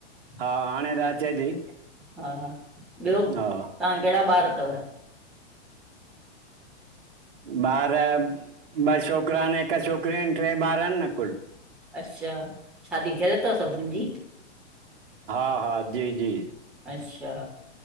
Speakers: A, on the right (about 50°); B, in the centre.
A: हा हाणे त अचे थी
B: हा ॿियो तव्हां
A: हा
B: गड़ा ॿार तव
A: ॿार ॿ छोकिरा आनि हिकु छोकिरी आनि टे ॿार आनि न कुल।
B: अच्छा शादी थेल थव सभिनि जी
A: हा, हा, जी, जी
B: अच्छा